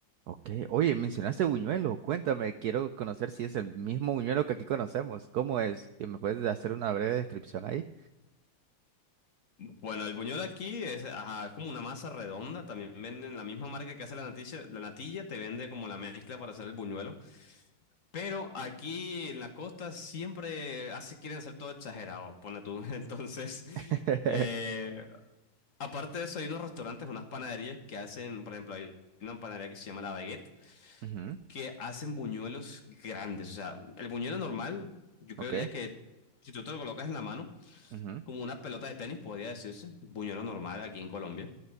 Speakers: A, on the right; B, on the left.
A: Ok, oye, mencionaste Buñuelo, cuéntame, quiero conocer si es el mismo Buñuelo que aquí conocemos. ¿Cómo es? ¿Que me puedes hacer una breve descripción ahí?
B: Bueno, el buñuelo aquí es, ajá, es como una masa redonda. También venden la misma marca que hace la natilla. La natilla te vende como la mezcla para hacer el buñuelo. Pero aquí en la costa siempre hace, quieren hacer todo exagerado, pone tú. <laughs> Entonces...
A: <laughs>
B: eh, Aparte de eso, hay unos restaurantes, unas panaderías que hacen, por ejemplo, hay una panadería que se llama La Baguette,
A: Ujú,
B: que hacen buñuelos grandes. O sea, el buñuelo normal, yo
A: ok.
B: creería que si tú te lo colocas en la mano,
A: ujú.
B: como una pelota de tenis, podría decirse, buñuelo normal aquí en Colombia.